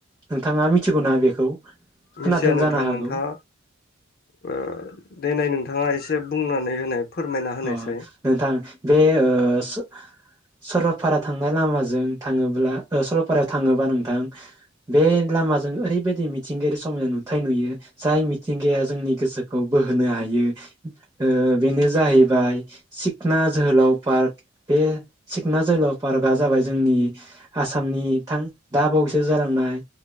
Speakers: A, on the right; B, on the left.
A: नोंथाङा मिथिगौ ना बेखौ खोनादों
B: मिथिया नोंथां
A: जानो हागौ
B: नोंथाङा ओ देनाय नों थाङा एसे बुंनानै होनाय फोरमायना होनायसाय
A: अ नोंथां बे ओ स सरलपारा थांनाय लामाजों थाङोब्ला ओ सरलपारायाव थाङोबा नोंथां बे लामाजों ओरैबायदि मिथिंगायारि समायना नुथाय नुयो जाय मिथिंगाया जोंनि गोसोखौ बोहोनो हायो ओ बेनो जाहै बाय सिखना जोहोलाव पार्क । बे सिखना जोहोलाव पार्कआ जाबाय जोंनि आसामनि थां दा बावैसो जालांनाय